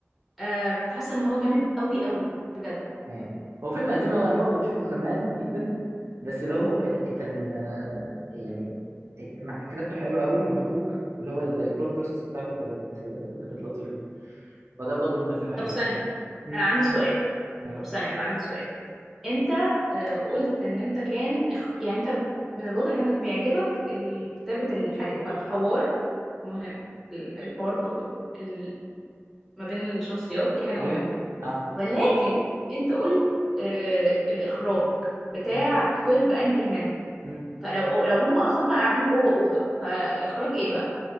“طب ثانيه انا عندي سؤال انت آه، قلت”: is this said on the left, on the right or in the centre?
Centre